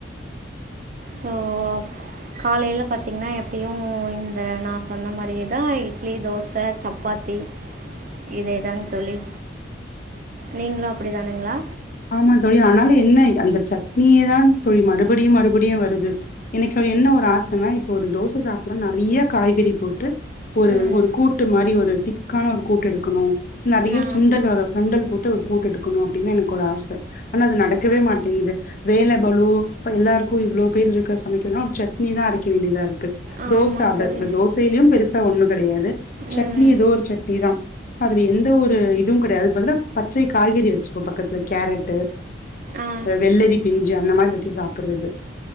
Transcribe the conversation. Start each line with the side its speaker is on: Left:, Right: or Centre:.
Right: சோ காலைல பாத்தீங்கனா எப்பயு இந்த நா சொன்ன மாரியேதா இட்லி தோச சப்பாத்தி இதேதாங் தொலி நீங்களு அப்டி தானுங்களா
Left: ஆமா தொழி ஆனாலு என்ன அந்த சட்னியே தா தோழி மறுபடியு மறுபடியு வருது ம்ச் இன்னைக்கு என்ன ஒரு ஆசனாய்ப் ஒரு தோச சாப்புறோ நறைய காய்கறி போட்டு ஒரு
Right: ம்
Left: ஒரு கூட்டு மாரி ஒரு திக்கான ஒருக் கூட்டேடுக்கணோ நறைய
Right: ஆ
Left: சுண்டல் வக சுண்டல்ப் போட்டு ஒரு கூட்டேடுக்கணு அப்டின்னா எனக் கோராச ஆனா அது நடக்கவே மாட்டேங்குது வேல பலு இப்ப எல்லாருக்கு இவ்ளோ பேர்ருக்க சமைக்கதனா ஒரு சட்னி தா அரைக்க வேண்டியதாருக் டு,
Right: ஆமாங்க
Left: தோச அத
Right: தோழி
Left: அந்த தோசயிலு பெருசா ஒண்ணு கெடையாது சட்னி
Right: ம்
Left: ஏதோ ஒரு சட்னி தா அதுல எந்த ஒரு இதுவு கெடையாது பதுலா பச்சை காய்கறி வச்சுப்போப பகத்துல கேரட்டு்
Right: ஆ
Left: அ வெள்ளரி பிஞ்சு ஞ்சு அந்த மாரி வச்சு சாப்றது